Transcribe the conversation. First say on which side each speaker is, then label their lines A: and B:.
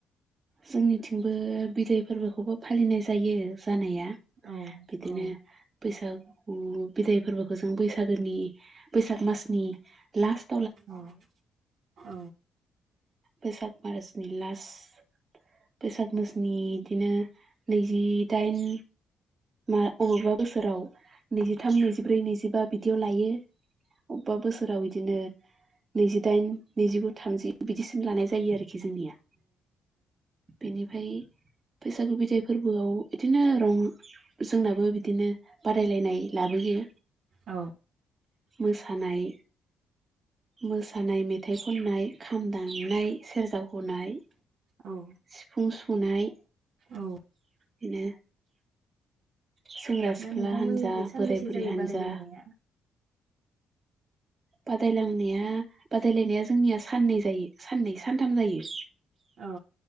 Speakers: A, on the right; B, on the right.
A: जोंनिथिंबो बिदाय फोरबोखौबो फालिनाय जायो जानाया।
B: औ
A: बिदिनो
B: औ
A: बैसाग बिदाय फोरबोखौ जों बैसागोनि बैसाग मासनि लास्त
B: औ औ
A: बैसाग मारासनि लास्ट बैसाग मोसनि बिदिनो नैजिदाइन मा अबेबा बोसोराव नैजिथाम नैजिब्रै नैजिबा बिदियाव लायो। अबेबा बोसोराव बिदिनो नैजिदाइन नैजिगु थामजि बिदिसिम लानाय जायो आरोखि। जखि जोंनिया बेनिफ्राय बैसागु बिदाय फोरबोआव बिदिनो रं जोंनाबो बिदिनो बादायलायनाय लाबोयो।
B: औ
A: मोसानाय मोसानाय मेथाइ खननाय खाम दामनाय सेरजा हनाय
B: औ
A: सिफुं सुनाय
B: औ
A: बिनो सेंग्रा सिख्ला
B: दा नोंथांमोननिखै
A: हान्जा
B: सानबेसे
A: बोराय बुरि
B: जायो
A: हान्जा
B: बादायलायनाया?
A: बादायलांनाया बादायलायनाया जोंनिया साननै जायो साननै सानथाम जायो।
B: औ